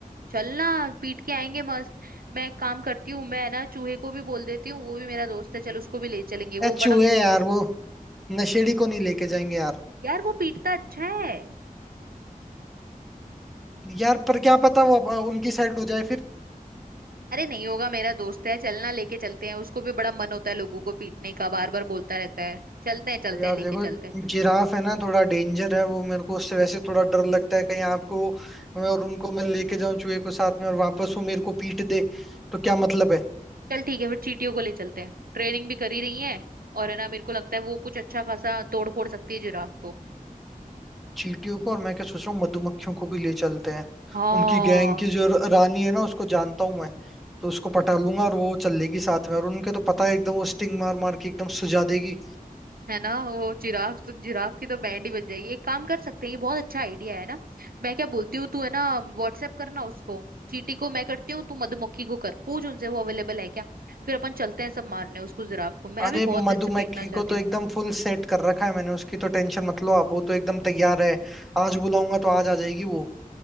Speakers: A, on the right (about 80°); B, in the centre.
A: चलना पीट के आएंगे मस्त मैं एक काम करती हूँ मैं ना चूहे को भी बोल देती हूँ वो भी मेरा दोस्त है चल उसको भी ले चलेंगे
B: यार
A: वो बड़ा
B: चूहे यार वो नशेड़ी को नहीं लेके जाएंगे यार
A: यार वो पीटता अच्छा है
B: यार पर क्या पता वो अप- उनकी साइड हो जाए फिर
A: अरे नहीं होगा मेरा दोस्त है चलना लेके चलते हैं उसको भी बड़ा मन होता है लोगों को पीटने का बार बार बोलता रहता है चलते हैं चलते
B: यार
A: हैं लेके
B: देखो
A: चलते हैं
B: जिराफ है ना थोड़ा डेंजर है वो मेरे को उससे वैसे थोड़ा डर लगता है कहीं आपको मैं और उनको मैं लेके जाऊं चूहे को साथ में और वापस वो मेरे को पीट दे तो क्या मतलब है
A: चल ठीक है फिर चींटियों को ले चलते हैं ट्रेनिंग भी करी रही है और है ना मेरे को लगता है वो कुछ अच्छा खासा तोड़ फोड़ सकती है जिराफ को
B: चींटियों को और मैं क्या सोच रहा हूँ मधुमक्खियों को भी ले चलते हैं
A: हाँ
B: उनकी गैंग की जो रानी है ना उसको जानता हूँ मैं तो उसको पटा लूंगा और वो चल लेगी साथ में और उनके तो पता है एकदम वो स्टिंग मार मार के एकदम सुझा देगी
A: है ना वो जिराफ तो जिराफ की तो बैंड ही बज जाएगी एक काम कर सकते हैं ये बहुत अच्छा आइडिया है ना मैं क्या बोलती हूँ तू है ना व्हाट्सएप करना उसको चींटी को मैं करती हूँ तू मधुमक्खी को कर पूछ उनसे वो अवेलेबल है क्या फिर अपन चलते हैं सब मारने उसको जिराफ को मैं
B: अरे
A: भी बहुत दिन
B: मधुमक्खी
A: से पीटना चाहती
B: को तो
A: हूँ
B: एकदम फुल सेट कर रखा है मैंने उसकी तो टेंशन मत लो आप वो तो एकदम तैयार है आज बुलाऊंगा तो आज आ जाएगी वो